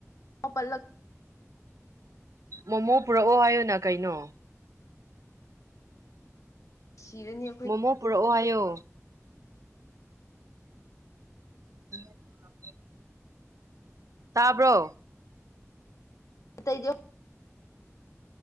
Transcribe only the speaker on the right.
ꯃꯣꯃꯣ ꯄꯨꯔꯛꯑꯣ ꯍꯥꯏꯌꯨꯅ ꯀꯩꯅꯣ
ꯃꯣꯃꯣ ꯄꯨꯔꯛꯑꯣ ꯍꯥꯏꯌꯣ ꯎꯝ ꯇꯥꯕ꯭ꯔꯣ